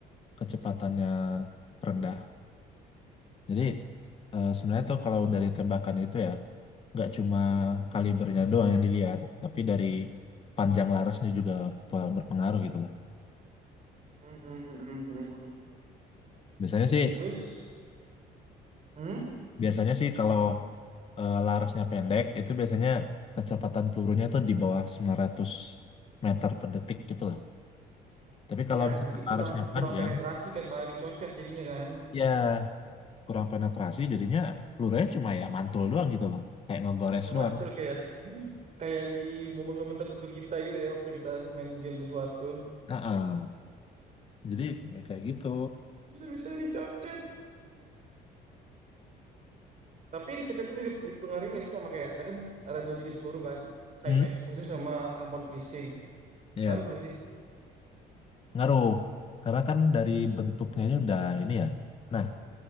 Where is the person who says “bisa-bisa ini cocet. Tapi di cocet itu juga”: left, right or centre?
Right